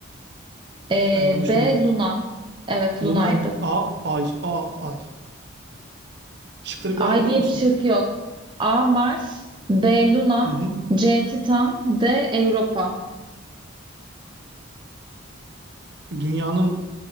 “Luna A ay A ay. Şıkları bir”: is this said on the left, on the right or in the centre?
Right